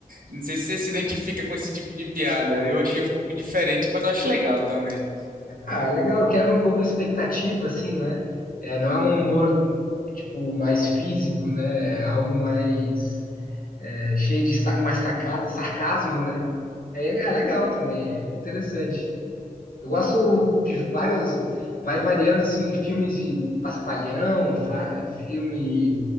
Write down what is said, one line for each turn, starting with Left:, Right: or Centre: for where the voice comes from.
Right: Não sei se você se identifica com esse tipo de piada, eu achei um pouco diferente, mas eu acho legal também.
Left: Ah, legal, quebra um pouco a expectativa, assim, né? É, não é um humor, tipo, mais físico, né? É algo mais é, cheio de sa mais sacada, sarcasmo, né? É, é legal também, é interessante. Eu gosto de várias, vai variando, assim, filmes de paspalhão, fa- é, filme